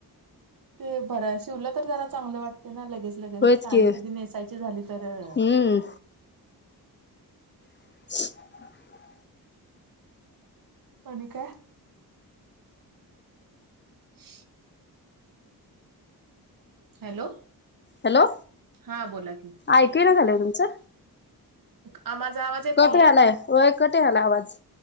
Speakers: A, on the right; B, on the left.
A: ते बारायंस शिवलंस तरं जरां चांगलं वाटतें नां लगेचं लगेचं
B: होयच
A: सांडी
B: की
A: कधीं नेसांयची झालीं तरं
B: हम्म <inaudible> <unintelligible>
A: अंणी कायं <unintelligible> हॅलो!
B: हॅलो
A: हा बोला की
B: ऐकू येईना झालंय तुमचं!
A: आ माझा आवाज येत
B: कट
A: नाहीये
B: यालाय होय कट यायलाय आवाज.